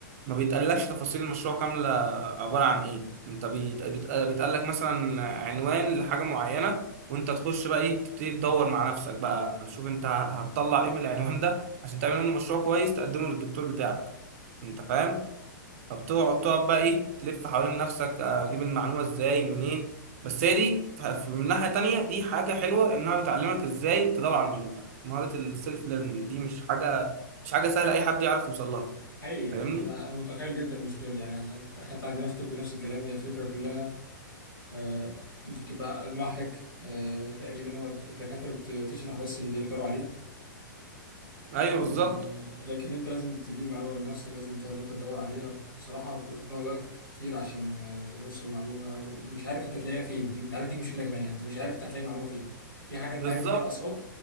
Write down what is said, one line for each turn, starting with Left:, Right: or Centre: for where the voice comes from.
Right: ما بيتقالكش تفاصيل المشروع كامله عباره عن ايه انت بيت- بيت- بيتقال لك مثلا عنوان لحاجه معينه وانت تخش بقى ايه تبتدي تدور مع نفسك بقى شوف انت هتطلع ايه من العنوان ده عشان تعمل منه مشروع كويس تقدمه للدكتور بتاعك انت فاهم فبتقعد تقعد بقى ايه تلف حوالين نفسك اجيب المعلومه ازاي منين بس هي دي ف- ف- من ناحيه تانية دي حاجه حلوه انها بتعلمك ازاي تدور على المعلومه مهاره السيلف ليرنينج دي مش حاجه مش حاجه سهله اي حد يعرف يوصل لها
Left: حقيقي
Right: فاهمني
Left: يعني أنا أنا متخيل جدا المشكلة دي يعني حتى عندنا في طب نفس الكلام هي الفكرة كلها آه أنت بتبقى لوحدك آه تقريبا هو الدكاترة بتشرح بس اللي يقدروا عليه
Right: ايوه
Left: آه،
Right: بالظبط
Left: لكن انت لازم تجيب المعلومه من نفسك لازم تقعد انت تدور عليها بصراحه ب- بنقعد وقت كتير عشان آه، نوصل المعلومه ومش عارف انت تلاقيها فين دي انت عارف دي مشكله كمان يعني انت مش عارف انت هتلاقي المعلومه فين في حاجه انت
Right: بالظبط
Left: عارف ان هي ناقصاك